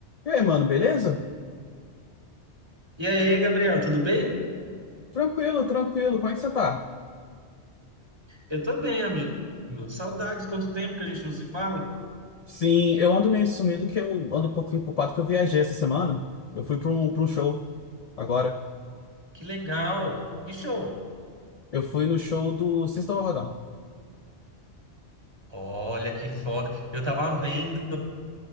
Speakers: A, on the left; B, on the right.
A: E aí, mano, beleza?
B: E aí, Gabriel, tudo bem?
A: Tranquilo, tranquilo. Como é que você tá?
B: Eu tô bem, amigo. Saudades, quanto tempo que a gente não se fala?
A: Sim, eu ando meio sumido que eu ando um pouquinho culpado que eu viajei essa semana. Eu fui pra um, pra um show agora.
B: Que legal, que show.
A: Eu fui no show do System of a Down.
B: Olha que foda. Eu tava vendo